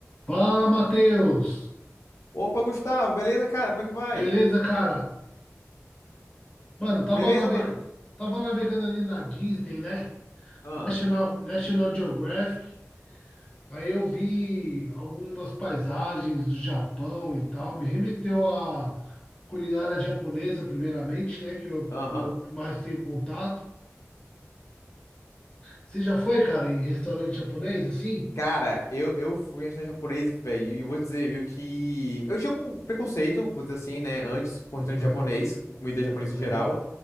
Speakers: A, on the left (about 20°); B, on the left (about 75°).
A: Fala, Matheus!
B: Opa, Gustavo, beleza, cara? Como é que vai?
A: Beleza, cara? Mano, tava,
B: Beleza,
A: naveg...
B: mano?
A: tava navegando ali na Disney, né?
B: Ah,
A: National... National Geographic. Aí eu vi algumas paisagens do Japão e tal. Me remeteu à culinária japonesa, primeiramente, né? Que eu,
B: aham.
A: que eu mais tenho contato. Você já foi, cara, em restaurante japonês, assim?
B: Cara, eu, eu fui em restaurante japonês, velho, e eu vou dizer, viu, que eu tinha um preconceito, vou dizer assim, né, antes com restaurante
A: Aham,
B: japonês, com comida japonesa
A: aham.
B: em geral,